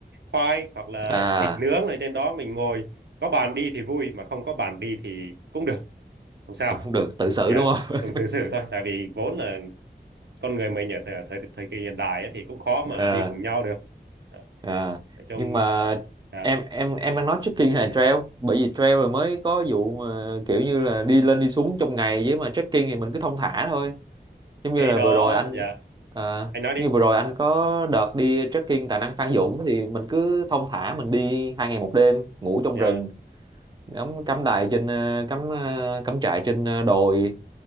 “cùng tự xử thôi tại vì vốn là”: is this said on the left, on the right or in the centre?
Right